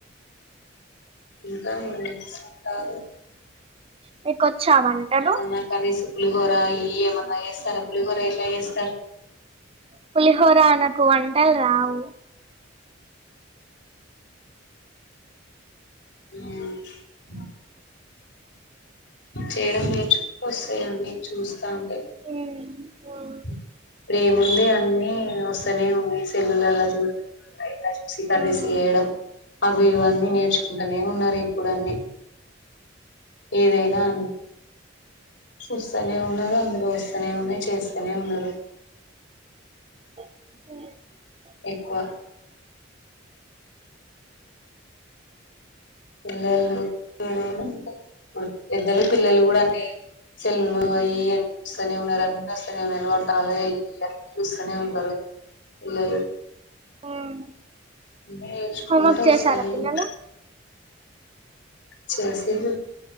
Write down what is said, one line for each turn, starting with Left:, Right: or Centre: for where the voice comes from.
Left: ఇంకా ఏం చేస్తుంటారు
Right: మీకు వచ్చా వంటలు
Left: ఏమన్నా కర్రీస్ పులిహోర ఇ ఏమన్నా చేస్తారా పులిహోర ఎట్లా చేస్తారు
Right: పులిహోర అనకు వంటలు రావు
Left: ఉమ్ చేయడం నేర్చుకోస్తాయన్నీ చూస్తాంది ఎప్పుడేముది
Right: ఉమ్ ఉమ్
Left: అన్ని వస్తూనే ఉన్నాయి సెల్లులలా చూడట కర్రీస్
Right: ఉమ్
Left: చేయడం అవి ఇవన్నీ నేర్చుకుంటూనే ఉన్నారు ఇప్పుడు అన్ని ఏదైనా అన్ చూస్తనే ఉన్నారు అందులో వస్తనే ఉన్నాయ్ చేస్తనే ఉన్నారు
Right: పోఓ
Left: ఎక్కువ పిల్లలు ఏదైనా ఇప్పుడు పెద్దలు పిల్లలు కూడా నే సెల్లులు అయి అని చూస్తూనే ఉన్నారు <unintelligible> చూస్తూనే ఉంటారు పిల్లలు
Right: ఉమ్
Left: నేర్చుకుంట
Right: హోంవర్క్
Left: వస్తానే
Right: చేసారా పిల్లలు
Left: వుం చేసిండ్రు